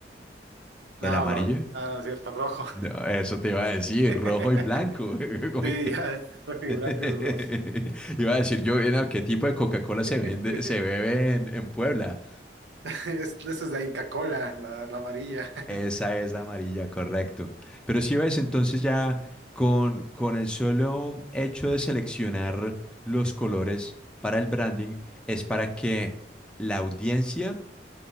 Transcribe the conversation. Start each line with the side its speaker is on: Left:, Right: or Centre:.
Right: No,
Centre: ¿El amarillo?
Right: bro, no, no es cierto, rojo.
Centre: No, eso te iba a decir,
Right: <laughs>
Centre: rojo y blanco. <laughs> Como
Right: Sí,
Centre: que-
Right: ya, rojo y
Centre: <laughs>
Right: blanco es los.
Centre: Iba a decir yo, eh, no, ¿qué tipo de Coca-Cola se
Right: <laughs>
Centre: vende, se bebe en, en Puebla?
Right: Es, esa es la Inca Cola, la, la amarilla. <laughs>
Centre: Esa es la amarilla, correcto. Pero si ves, entonces ya con, con el solo hecho de seleccionar los colores para el branding, es para que la audiencia